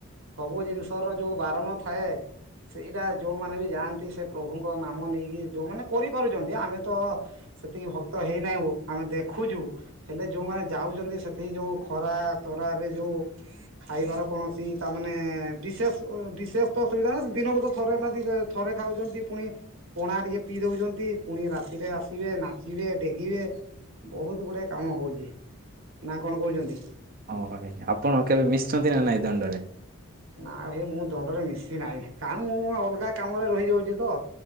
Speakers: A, on the right (about 65°); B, on the right (about 40°).
A: ସବୁ ଜିନଷର ଯୋଉ ବାରଣ ଥାଏ। ସେଇଟା ଯୋଉମାନେ ବି ଯାଆନ୍ତି ସେ ପ୍ରଭୁଙ୍କ ନାମ ନେଇକି ଯୋଉମାନେ କରିପାରୁଛନ୍ତି ଆମେ ତ ସେତିକି ଭକ୍ତ ହେଇନାହୁଁ ଆମେ ଦେଖୁଛୁ ହେଲେ ଯୋଉମାନେ ଯାଉଛନ୍ତି ସେଠକି ଯୋଉ ଖରା ତ ଖରାରେ ଯୋଉ ଖାଇବାର କୌଣସି ତାମାନେ ବିଶେଷ ବିଶେଷ ତ ଅସୁବିଧା ନା ଦିନକୁ ତ ଥରେ ନା ଦି ଥରେ ଖାଉଛନ୍ତି ପୁଣି ପଣା ଟିକିଏ ପିଇ ଦେଉଛନ୍ତି। ପୁଣି ରାତିରେ ଆସିବେ ନାଚିବେ ଡେଗିବେ ବହୁତ ଗୁଡ଼ାଏ କାମ ହଉଛି। ନା କଣ କହୁଛନ୍ତି
B: ହଁ ଭ ଆପଣ କେବେ ମିଶୁଛନ୍ତି ନା ନାଇଁ ଦଣ୍ଡରେ।
A: ନା ଭାଇ ମୁଁ ଦଣ୍ଡରେ ମିଶି ନାହିଁ କାଉ ମୁଁ ଅଲଗା କାମରେ ରହିଯାଉଛି ତ।